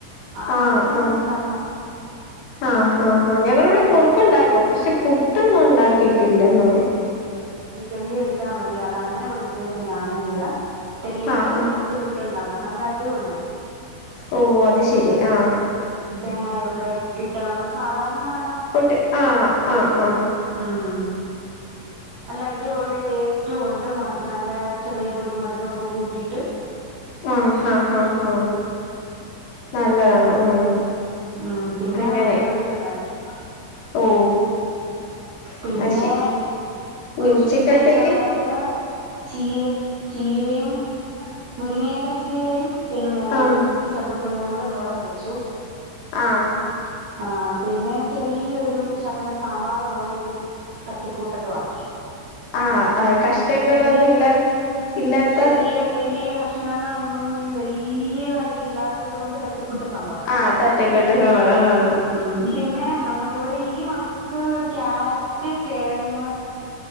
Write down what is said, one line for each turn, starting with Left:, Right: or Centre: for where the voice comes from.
Left: ആ
Right: പൊടിയില് നമുക്ക്
Left: ആ
Right: ഉണ്ടാക്കാം
Left: ആ ഹാ ഹാ ഞങ്ങളിവിടെ കുറുക്കുണ്ടാക്കും പക്ഷെ പു ട്ടന്ന് ഒണ്ടാ കിട്ടില്ലന്നോ
Right: ദെള്ളി എടുത്താ മതി അത് അങ്ങനെ പൊടിപ്പിച്ചേക്ക്ന്ന ആണെങ്കില് തെള്ളിയിട്ട്
Left: ആഹാ
Right: എടുത്ത് പു ട്ടുണ്ടാക്ക നല്ല അടിപൊളിയാ
Left: ഓ അത് ശരി ആ
Right: തേങ്ങയൊക്കെ ഇട്ട് നമ്മള് സാധാരണ ഒണ്ടാ
Left: പുട്ട് ആ ആ ആ
Right: ഉം നല്ല അടിപൊളി ടേസ്റ്റും ഒണ്ട് മ നല്ലാ ചെറിയ പൊടി മധുരൊക്കെ കൂട്ടിട്ട്
Left: ആ ഹാ ഹാ ഹാ നല്ലതാണ് ഉം
Right: ഉം പിന്നെ
Left: അങ്ങനെ
Right: മുട്ടക്കറിയുണ്ടാക്കി
Left: ഓ
Right: പിന്നെ
Left: അത് ശരി ഇനി
Right: ഉച്ചക്കത്തേക്ക്
Left: ഉച്ചക്കലത്തേക്ക്
Right: ഉള്ളത് ചീരക് ചീരയും മുരിങ്ങയില ചീരയും പിന്നേം
Left: ആഹ്
Right: ചക്ക് ക്കകുരുവും കൂടെ തോരൻ വെച്ചു
Left: ആ
Right: ആ പിന്നെ ചെറീയൊരു ശകലം സാമ്പാറും പോലെ ഒരു തട്ടിക്കൂട്ടലും ആക്കി
Left: ആഹ് കഷ്ടങ്ങളൊന്നും
Right: വലിയ
Left: ഇല്ലാ ഇല്ലാത്ത
Right: വലിയ വലിയ കഷണങ്ങളൊന്നും ഒന്നും വല്ലൃ പ്പായിട്ട് ഇല്ലാത്തതുകൊണ്ട് തട്ടിക്കൂട്ട് സാമ്പാർ
Left: ആ തട്ടിക്കൂട്ട് സാമ്പാറ് ആ
Right: ഉം പിന്നെ നമുക്ക് ഇവിടെ ഈ മക്കക്ക് ക്യാരറ്റ് കെഴങ്ങ്